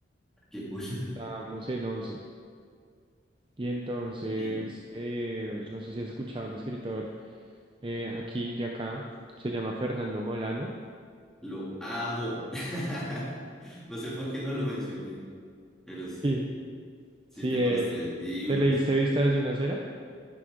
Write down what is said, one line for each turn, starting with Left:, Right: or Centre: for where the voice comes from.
Centre: Qué cosa.
Right: y
Centre: <laughs>
Right: Estábamos en once Y entonces,
Centre: Y
Right: eh, no sé si has escuchado un escritor eh, aquí, de acá, se llama Fernando Molano.
Centre: lo amo. <laughs> No sé por qué no lo mencioné, pero sí,
Right: Sí,
Centre: sí
Right: sí,
Centre: tengo
Right: él.
Centre: los tres libros.
Right: ¿Te leíste Vista desde una acera?